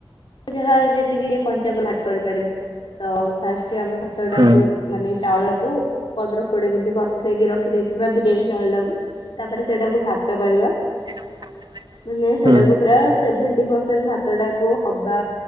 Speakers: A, on the left (about 65°); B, on the right (about 60°).
A: ଯାହା ଯେତିକି ଯ କଞ୍ଚା ପଲଟ୍ କରିପାରିବୁ ତ ଫାଷ୍ଟ ସେ ଆମେ ଭାତ ଟାକୁ
B: ହୁଁ
A: ମାନେ ଚାଉଳକୁ ପନ୍ଦର କୋଡିଏ ମିନିଟ ବତୁରେଇକି ରଖିଦେଇଥିବା, ବିରିୟାନୀ ଚାଉଳଟାକୁ ତାପରେ ସେଇଟାକୁ ଭାତ କରିବା।
B: <inaudible>
A: ମାନେ ସେଟାକୁ
B: ହୁଁ
A: ପ୍ରାୟ, ସେଭେଣ୍ଟି ପରସେଣ୍ଟ ଭାତ ଟାକୁ ହବା